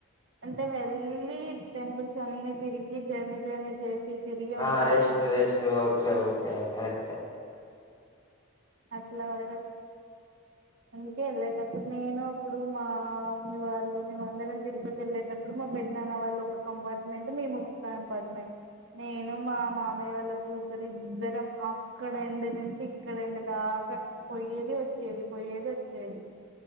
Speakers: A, on the right; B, on the left.
A: అంటే వెళ్లి టెంపుల్స్. అన్ని తిరిగి జర్నీ జర్నీ చేసి. తిరిగి ఉంటారుగా
B: ఆ rest rest. Okay okay correct.
A: అట్లా పాడు. అందుకే వెళ్ళేటప్పుడు. నేను అప్పుడు మా మమ్మీ వాళ్ళు. మేమ అందరం తిరుపతి వెళ్ళేటప్పుడు. మా పెద్దనాన్న వాళ్ళ. ఒక కంపార్ట్మెంట్ మేము ఒక కంపార్ట్మెంట్. నేను మా మామయ్య వల్ల కూతురు. ఇద్దరం అక్కడ ఎండ్ నుంచి ఇక్కడఎండ్, దాకా పొయ్యేది వచ్చేది. పొయ్యేది వచ్చేది.